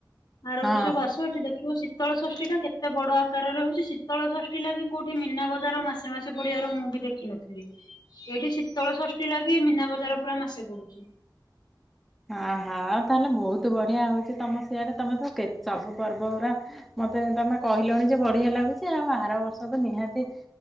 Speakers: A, on the left; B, in the centre.
A: ଆର
B: ହଁ।
A: ବର୍ଷକୁ ଆସ ଏଠି ଦେଖିବ ଶୀ ଶୀତଳ ଷଷ୍ଠୀଟା କେତେ ବଡ଼ ଆକାରରେ ହେଉଛି ଶୀତଳ ଷଷ୍ଠୀ ଲାଗି କଉଠି ମୀନା ବଜାର ମାସେ ମାସେ ପଡ଼ିବାର ମୁଁ ବି ଦେଖିନ ଏଇଠି ଶୀତଳ ଷଷ୍ଠୀ ଲାଗି ମୀନା ବଜାର ପୁରା ମାସେ ପଡୁଛି।
B: ଆହା ତାହେଲେ ବହୁତ ବଢିଆ ହଉଛି ତମ ସିଆଡେ ତମେ ତ ସବୁ ପର୍ବ ଉରା ମତେ ତମେ କହିଲଣି ଯେ ବଢିଆ ଲାଗୁଛି ଆଉ ଆର ବର୍ଷ ତ ନିହାତି